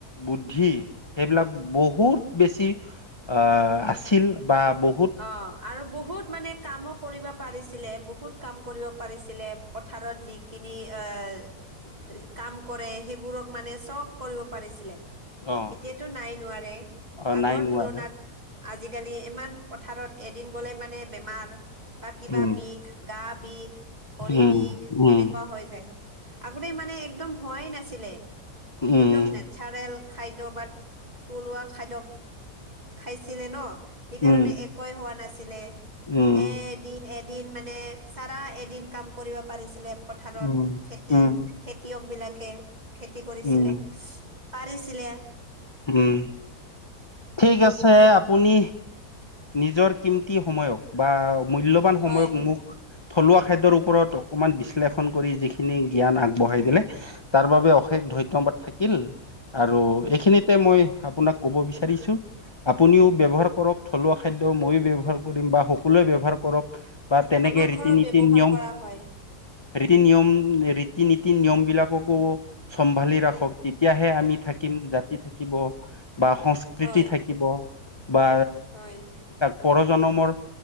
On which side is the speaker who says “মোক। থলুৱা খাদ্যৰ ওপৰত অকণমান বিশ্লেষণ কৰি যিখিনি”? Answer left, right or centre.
Left